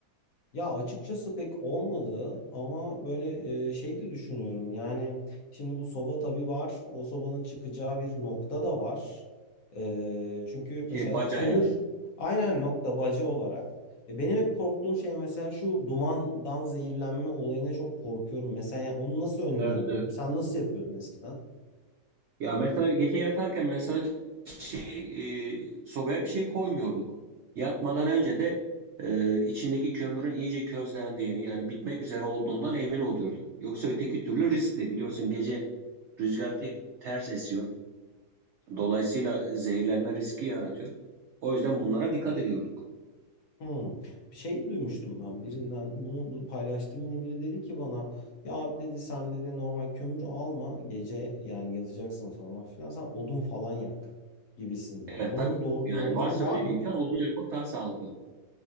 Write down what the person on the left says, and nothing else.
Ya açıkçası pek olmadı ama böyle e, şey de düşünüyorum. Yani şimdi bu soba tabii var. O sobanın çıkacağı bir nokta da var. E, çünkü
mesela
kömür
aynen nokta bacı olarak. E, benim hep korktuğum şey mesela şu dumandan zehirlenme olayına çok korkuyorum. Mesela yani onu nasıl önleyebilirim?
Sen nasıl yapıyordun eskiden?
Hmm. Bir şey duymuştum ben birinden bunu bu- paylaştığım yine biri dedi ki bana ya abi dedi sen dedi normal kömür alma gece yani yatacaksın falan filan sen odun falan yak gibisinden.
Bunun
doğ-
doğruluğu
var
mı?